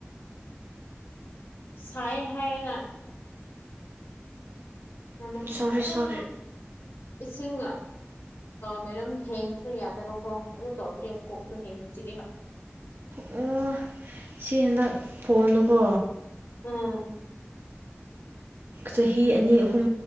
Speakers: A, on the left; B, on the right.
A: ꯁꯥꯏꯌꯦ ꯍꯥꯏꯔꯒ ꯅꯨꯡꯇꯤ
B: ꯁꯨꯔꯤ
A: ꯑꯗꯨꯝ
B: ꯁꯨꯔꯤ
A: ꯏꯁꯤꯡ ꯀꯩꯅꯣꯝ ꯊꯦꯡꯕꯁꯨ ꯌꯥꯗꯕꯀꯣ ꯑꯗꯨ ꯇꯧꯔꯗꯤ ꯀꯣꯛꯁꯨ ꯍꯦꯟꯅ ꯆꯤꯛꯑꯦꯕ
B: ꯑꯣ ꯁꯤ ꯍꯟꯗꯛ ꯐꯣꯟꯗꯨꯨꯀꯣ
A: ꯎꯝ
B: ꯆꯍꯤ ꯑꯅꯤ ꯑꯍꯨꯝ